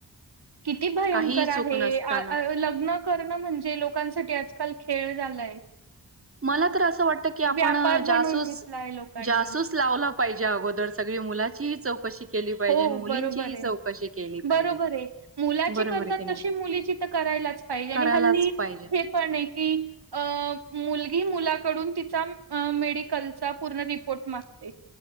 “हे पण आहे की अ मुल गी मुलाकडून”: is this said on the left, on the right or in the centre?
Right